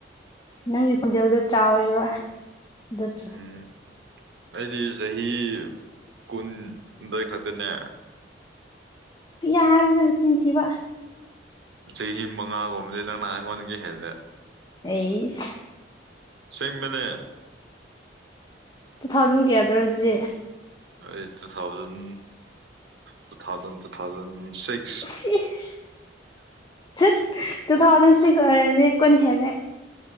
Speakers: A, on the left; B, on the right.
A: ꯅꯪꯒꯤ ꯈꯣꯟꯖꯦꯜꯗꯣ ꯆꯥꯎꯋꯦꯕ <unintelligible>
B: ꯎꯝ ꯑꯩꯗꯤ ꯆꯍꯤ ꯀꯨꯟꯗꯩ ꯈꯛꯇꯅꯦ
A: ꯌꯥꯔꯦꯗ ꯅꯆꯤꯟ ꯊꯤꯕ
B: ꯆꯍꯤ ꯃꯉꯥꯒꯨꯝꯕꯗꯤ ꯅꯪꯅ ꯑꯩꯉꯣꯟꯗꯒꯤ ꯍꯦꯜꯂꯦ
A: ꯑꯩꯁ
B: ꯑꯁꯦꯡꯕꯅꯦ
A: ꯇꯨ ꯊꯥꯎꯖꯟ ꯀꯌꯥꯗꯔꯣ ꯑꯗꯨꯗꯤ
B: ꯑꯩ two thousand two thousand two thousand ꯁꯤꯛ
A: ꯁꯤ ꯏꯁ ꯊꯨꯠ ꯇꯨ ꯊꯥꯎꯖꯟ ꯁꯤꯛꯁ ꯑꯣꯏꯔꯗꯤ ꯀꯨꯟ ꯍꯦꯜꯂꯦ